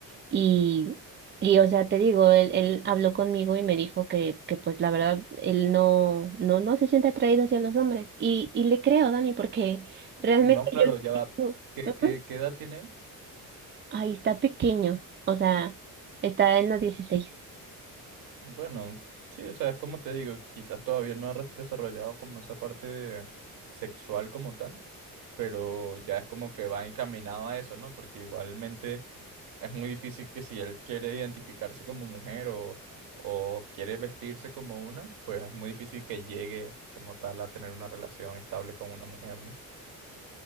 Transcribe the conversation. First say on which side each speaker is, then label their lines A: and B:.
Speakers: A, on the right; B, on the right.
A: Y, y o sea, te digo, él, él habló conmigo y me dijo que, que pues la verdad, él no, no, no se siente atraído hacia los hombres. Y, y le creo, Dani, porque realmente
B: No, claro, ya va.
A: yo...
B: ¿Qué,
A: Ujú.
B: qué, qué edad tienen?
A: Ay, está pequeño, o sea, está en los dieciséis.
B: Bueno, sí, o sea, es como te digo, quizás todavía no ha desarrollado como esa parte sexual como tal, pero ya es como que va encaminado a eso, ¿no? Porque igualmente es muy difícil que si él quiere identificarse como mujer o, o quiere vestirse como una, pues es muy difícil que llegue como tal a tener una relación estable con una mujer, ¿no?